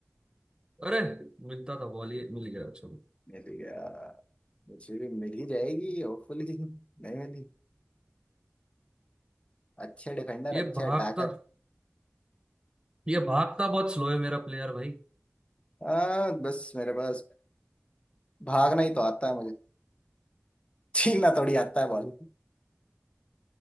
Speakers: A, on the right; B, on the left.
A: अरे मिलता था बॉल ये मिल गया चलो
B: मिल गया मुझे भी मिल ही जाएगी होपफुली नहीं मिली अच्छे डिफेंडर
A: ये
B: अच्छे
A: भागता
B: अटैकर
A: ये भागता बहुत स्लो है मेरा प्लेयर भाई <laughs>
B: हाँ बस मेरे पास भागना ही तो आता है मुझे छीनना थोड़ी आता है बॉल